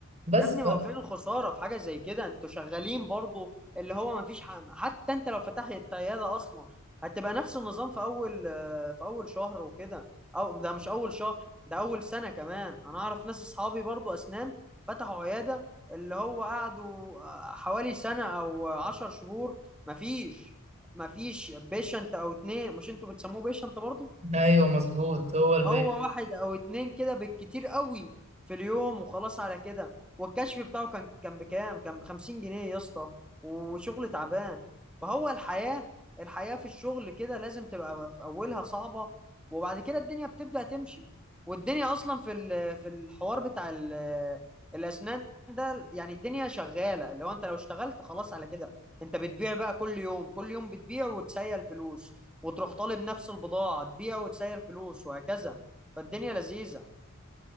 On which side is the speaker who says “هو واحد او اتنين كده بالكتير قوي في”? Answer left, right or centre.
Centre